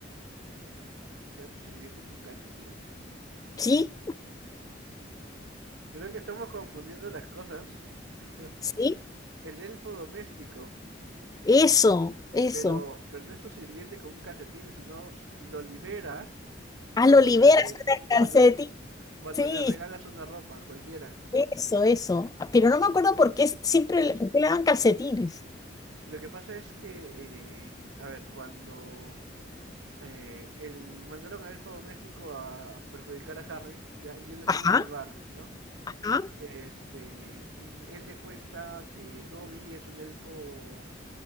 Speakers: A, on the right; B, on the left.
A: Que sea tu sirviente con calcetín.
B: ¿Sí?
A: Creo que estamos confundiendo las cosas. <laughs>
B: ¿Sí?
A: El elfo doméstico.
B: Eso, eso.
A: Pero, pero no es tu sirviente con un calcetín, sino s- lo liberas
B: Hazlo,
A: cuando
B: liberas
A: le re-
B: con el calcetín.
A: cuando, cuando
B: Sí,
A: le regalas una ropa, cualquiera.
B: eso, eso. Ah, Pero no me acuerdo por qué siempre le, por qué le dan calcetines.
A: Lo que pasa es que, eh, a ver, cuando eh, el, mandaron al elfo doméstico a, a perjudicar a Harry, ya, y él lo
B: Ajá,
A: quiere salvar, ¿no?
B: ajá.
A: Este, y él le cuenta que Dobby es un elfo